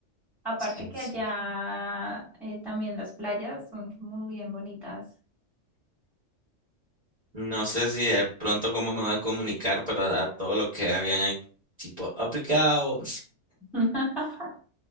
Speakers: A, in the centre; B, on the right.
A: Aparte
B: Sí,
A: que
B: sí.
A: allá eh, también las playas son muy bien bonitas.
B: No sé si de pronto cómo me van a comunicar, pero a, a todo lo que habían ahí, tipo, obrigado.
A: <laughs>